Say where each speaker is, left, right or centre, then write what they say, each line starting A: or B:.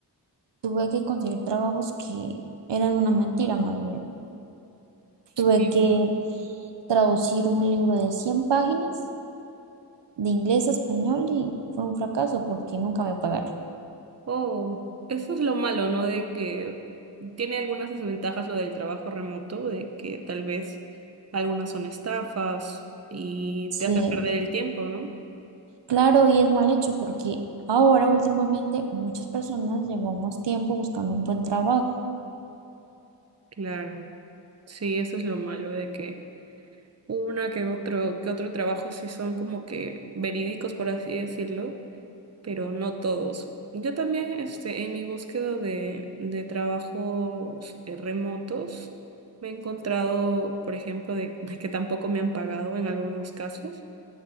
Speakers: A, on the right; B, on the right.
A: tuve que conseguir trabajos que eran una mentira más bien.
B: Sí.
A: Tuve que traducir un libro de 100 páginas de inglés a español y fue un fracaso porque nunca me pagaron.
B: Oh, eso es lo malo, ¿no? De que tiene algunas desventajas lo del trabajo remoto, de que tal vez algunas son estafas y
A: Sí,
B: te hacen perder el tiempo, ¿no?
A: Claro, y es mal hecho porque ahora últimamente muchas personas llevamos tiempo buscando un buen trabajo.
B: Claro. Sí, eso es lo malo de que Una que otro, que otro trabajo sí son como que verídicos, por así decirlo, pero no todos. Yo también, este, en mi búsqueda de, de trabajos eh, remotos, me he encontrado, por ejemplo, de, de que tampoco me han pagado en algunos casos,